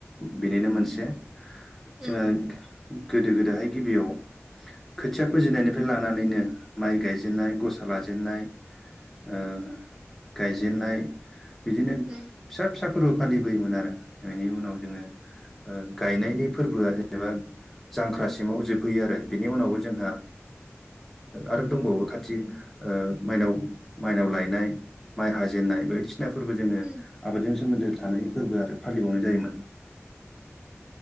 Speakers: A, in the centre; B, on the right.
A: बिनिनो मोनसे जोंहा
B: उम
A: गोदो गोदहाय गिबियाव खोथिया फोजेनायनिफ्राय लानानैनो माइ गायजेनन्नाय गसा लाजेनाय ओ गायजेनन्नाय बिदिनो
B: उम
A: फिसा फिसा फोरबो फालिबोयोमोन आरो बेनि उनाव जोङो गायनायनि फोरबोआ जेनेबा जांख्रासिमाव जोबहैयो आरो बिनि उनावबो जोंहा आरो दंबावो खाथि माइनाव माइनाव लायनाय माइ हाजेननाय बायदिसिना फोरबो जोङो
B: उम
A: आबादजों सोमोन्दो थानाय फोरबो आरो फालिबावनाय जायोमोन।